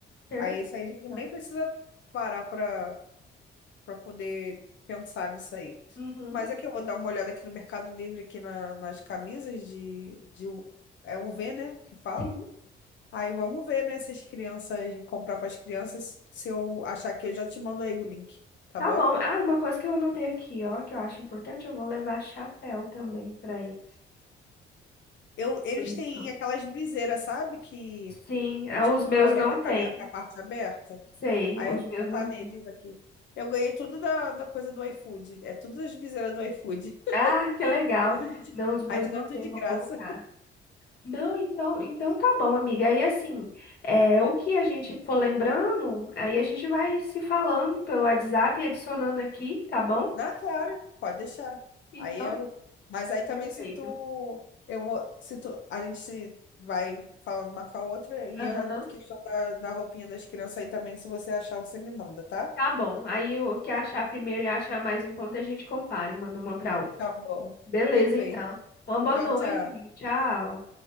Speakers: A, on the left (about 55°); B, on the left (about 70°).
A: perfeito,
B: Aí esse aí a gente
A: então.
B: nem precisa parar pra para poder pensar nisso aí.
A: Uhum.
B: Mas é que eu vou dar uma olhada aqui no Mercado Livre, aqui na- nas camisas de, de. U- É UV, né? Que fala.
A: Sim.
B: Aí vamos ver, né? Se as crianças. Comprar para as crianças. Se eu achar que eu já te mando aí o link, tá
A: Tá
B: bom?
A: bom. Ah, uma coisa que eu anotei aqui, ó, que eu acho importante, eu vou levar chapéu também para eles.
B: Eu, eles
A: Bonito.
B: têm aquelas viseiras, sabe? Que
A: Sim,
B: é
A: ah,
B: tipo
A: os meus
B: um boné
A: não
B: com a,
A: tem.
B: cabe- com a parte aberta.
A: Sei,
B: Aí
A: os
B: eu vou
A: meus
B: botar
A: não
B: neles
A: tem.
B: aqui. Eu ganhei tudo da, da coisa do iFood. É todas as viseiras do iFood. <laughs>
A: Ah, que legal.
B: A gente,
A: Não, os meus
B: a gente
A: não
B: ganha tudo
A: tem,
B: de
A: vou
B: graça.
A: colocar. Não, então, então tá bom, amiga. Aí assim, é, o que a gente for lembrando, aí a gente vai se falando pelo WhatsApp e adicionando aqui, tá bom?
B: Dá, claro, pode deixar.
A: Então,
B: Aí eu, mas aí também
A: perfeito.
B: se tu, eu vou, se tu, a gente se vai falando uma com a outra e
A: Aham.
B: a questão da, da roupinha das crianças aí também, se você achar, você me manda, tá?
A: Tá bom. Aí o que achar primeiro e achar mais em conta, a gente compara e manda uma pra outra.
B: Tá bom.
A: Beleza,
B: Perfeito.
A: então. Uma boa
B: Tchau,
A: noite,
B: tchau.
A: amiga. Tchau.